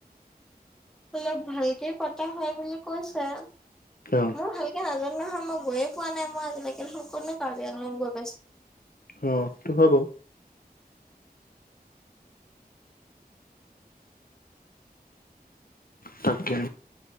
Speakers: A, in the centre; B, on the left.
A: অলপ ভালকে পতা হয় বুলি কৈছে।
B: অ
A: মোৰ ভাল কে নাজানো নহয় মই গৈ পোৱা নাই মই আজিলেকে সকলো কাৰ্বি আংলং গৈ পাইছ-
B: অ সেইটো হয় বাও। তাকে।